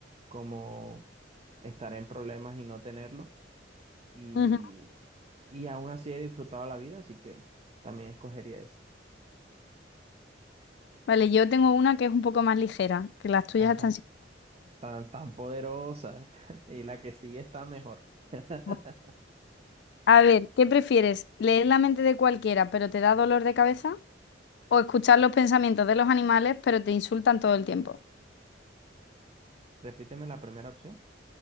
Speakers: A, on the right (about 35°); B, on the left (about 65°).
A: como estar en problemas y no tenerlo. Y,
B: Ujú.
A: y aún así he disfrutado la vida, así que también escogería eso.
B: Vale, yo tengo una que es un poco más ligera, que las tuyas
A: Ajá,
B: están... siendo-
A: tan, tan poderosa <laughs> y la que sigue está mejor. <laughs>
B: <laughs> A ver, ¿qué prefieres? ¿Leer la mente de cualquiera, pero te da dolor de cabeza? ¿O escuchar los pensamientos de los animales, pero te insultan todo el tiempo?
A: Repíteme la primera opción.